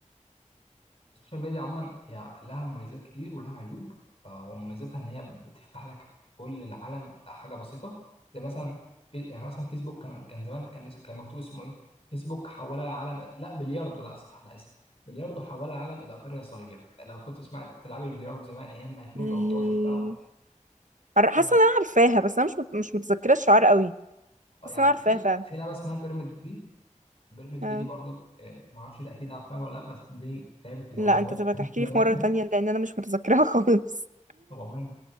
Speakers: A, on the left; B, on the right.
A: السوشيال ميديا عموما هي لها مميزات كتير ولها عيوب آه، ومميزاتها ان هي بتفتح لك كل العالم حاجه بسيطه زي مثلا في يعني مثلا فيسبوك كان كان زمان كان كان مكتوب اسمه ايه فيسبوك حول العالم لا بلياردو لا صح انا اسف بلياردو حول العالم الى قريه صغيره لو كنت تسمع تلعبي بلياردو زمان ايام 2013
B: ال-
A: بقى و...
B: عر- حاسه
A: آه
B: ان انا عارفاها بس انا مش مت... مش متذكره الشعار قوي حاسه
A: يعني
B: ان انا عارفاها
A: في
B: فعلا
A: في لعبه اسمها بيراميد فيلي بيراميد
B: آه.
A: فيلي برضو آه ما اعرفش ده اكيد عارفها ولا لا بس دي لعبه العظماء
B: لا انت تبقى تحكي
A: <laughs> زمان
B: لي في مره تانية لان انا مش متذكرها <laughs> خالص
A: طبعا